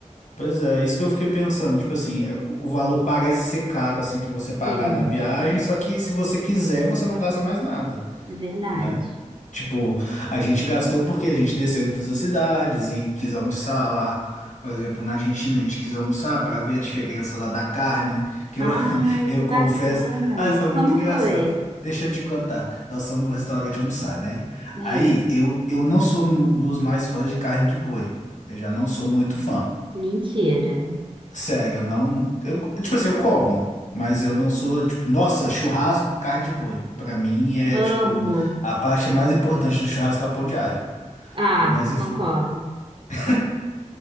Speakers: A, on the left; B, on the right.
A: Pois é, isso que eu fiquei pensando, tipo assim, é, o o valor parece ser caro assim para você pagar
B: sim,
A: na viagem, só que se você quiser, você não gasta mais nada,
B: é verdade.
A: né? Tipo, a gente gastou porque a gente desceu em todas as cidades e quis almoçar lá. Por exemplo, na Argentina a gente quis almoçar para ver a diferença lá da carne, que
B: Ah,
A: eu, <laughs> eu
B: que
A: confesso.
B: bacana!
A: Ai, foi muito
B: Como
A: engraçado.
B: foi?
A: Deixa eu te contar. Nós fomos no restaurante almoçar, né?
B: Hum,
A: Aí eu, eu não sou um dos mais fãs de carne de boi. Eu já não sou muito fã.
B: mentira.
A: Sério, eu não. Eu, tipo assim, eu como, mas eu não sou, tipo, nossa, churrasco, carne de boi. Pra mim é, tipo,
B: Amo.
A: a parte mais importante do churrasco é o pão de alho.
B: Ah,
A: Mas enfim.
B: concordo.
A: <laughs>